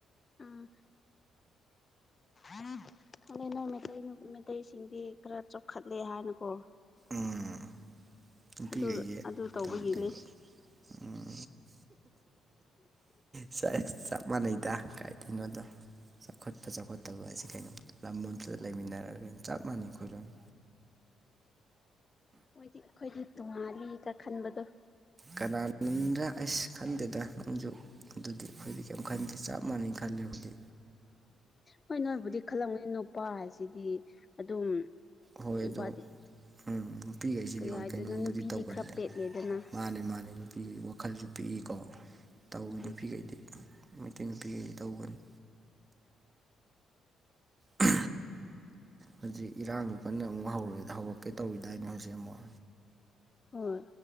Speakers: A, on the left (about 30°); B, on the right (about 30°).
A: ꯎꯝ ꯑꯗ ꯅꯣꯏ ꯃꯩꯇꯩ ꯅꯨꯞ ꯃꯩꯇꯩꯁꯤꯡꯗꯤ ꯈꯔ ꯆꯥꯎꯈꯠꯂꯦ ꯍꯥꯏꯅꯀꯣ
B: ꯎꯝ ꯅꯨꯄꯤꯒꯩꯖꯦ
A: ꯑꯗꯨ ꯑꯗꯨ ꯇꯧꯕꯒꯤꯅꯤ
B: ꯇꯧꯗꯦꯕ ꯎꯝ ꯆꯦꯁ ꯆꯞ ꯃꯥꯟꯅꯩꯗ ꯀꯥꯏꯗꯩꯅꯣꯗ ꯆꯥꯎꯈꯠꯄ ꯆꯥꯎꯈꯠꯇꯕ ꯍꯥꯏꯁꯦ ꯀꯩꯅꯣ ꯂꯝꯑꯝꯇꯗ ꯂꯩꯃꯤꯟꯅꯔꯒ ꯆꯞ ꯃꯥꯟꯅꯩ ꯑꯩꯈꯣꯏ ꯂꯣꯏꯅ
A: ꯍꯣꯏꯗꯤ ꯑꯩꯈꯣꯏꯗꯤ ꯇꯣꯡꯉꯥꯜꯂꯤꯗ ꯈꯟꯕꯗꯣ
B: ꯀꯅꯥ ꯅꯨꯡꯗ ꯑꯩꯁ ꯈꯟꯗꯦꯗ ꯅꯪꯁꯨ ꯑꯗꯨꯗꯤ ꯑꯩꯈꯣꯏꯗꯤ ꯀꯩꯝ ꯈꯟꯗꯦ ꯆꯞ ꯃꯥꯟꯅꯩ ꯈꯜꯂꯦ ꯑꯈꫭꯏꯗꯤ
A: ꯍꯣꯏ ꯅꯣꯏꯕꯨꯗꯤ ꯈꯜꯂꯝꯒꯅꯤ ꯅꯨꯄꯥ ꯍꯥꯏꯁꯤꯗꯤ ꯑꯗꯨꯝ
B: ꯍꯣꯏ
A: ꯅꯨꯄꯥꯗꯤ
B: ꯑꯗꯣ ꯎꯝ ꯅꯨꯄꯤꯒꯩꯁꯤꯗꯤ
A: ꯀꯔꯤ
B: ꯍꯣꯏ
A: ꯍꯥꯏꯗꯣꯏꯅꯣ
B: ꯀꯩꯅꯣꯝꯕꯨꯗꯤ
A: ꯅꯨꯄꯤꯗꯤ
B: ꯇꯧꯒꯜꯂꯦ
A: ꯈꯔ ꯄꯦꯠꯂꯦꯗꯅ
B: ꯃꯥꯅꯦ ꯃꯥꯅꯦ ꯅꯨꯄꯤ ꯋꯥꯈꯜꯖꯤ ꯄꯤꯛꯏꯀꯣ ꯇꯧꯋꯤ
A: ꯎꯝ
B: ꯅꯨꯄꯤꯒꯩꯗꯤ ꯃꯩꯇꯩ ꯅꯨꯄꯤꯒꯩꯗꯤ ꯇꯧꯕꯅꯤ ꯎꯝ ꯍꯧꯖꯤꯛ ꯏꯔꯥꯡ ꯀꯟꯅ ꯑꯃꯨꯛ ꯍꯧꯔꯦ ꯍꯧꯔꯛꯀꯦ ꯇꯧꯔꯤꯗꯥꯏꯅꯦ ꯍꯧꯖꯤꯛ ꯑꯃꯨꯛ
A: ꯍꯣꯏ